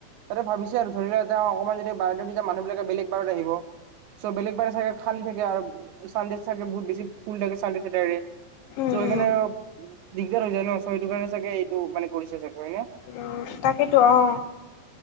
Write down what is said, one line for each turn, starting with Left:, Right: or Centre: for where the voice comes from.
Right: তাতে ভাবিছে আৰু ধৰি লোৱা এটা অকণমান যদি বা <unintelligible> মানুহবিলাকে বেলেগ বাৰত আহিব। চ' বেলেগ বাৰে চাগে খালী থাকে আৰু চানডে চাগে বহুত বেছি ফুল থাকে চানডে ছেটাদে।
Left: উম
Right: চ' সেইকাৰণে
Left: উম।
Right: দিগদাৰ হৈ যায় ন, চ' সেইটো কাৰণে চাগে এইটো মানে কৰিছে চাগে। হয় নে?
Left: উম, তাকেতো অহ।